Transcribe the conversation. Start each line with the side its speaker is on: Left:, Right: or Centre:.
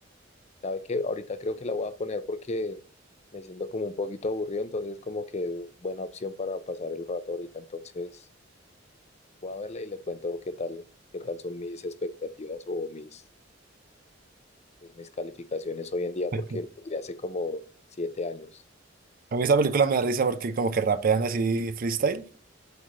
Left: ¿Sabe qué? Ahorita creo que la voy a poner porque me siento como un poquito aburrido, entonces como que buena opción para pasar el rato ahorita. Entonces voy a verla y le cuento qué tal, qué tal son mis expectativas o mis, pues, mis calificaciones hoy en día,
Right: <laughs>
Left: porque de hace como siete años.
Right: A mí esa película me da risa porque como que rapean así freestyle.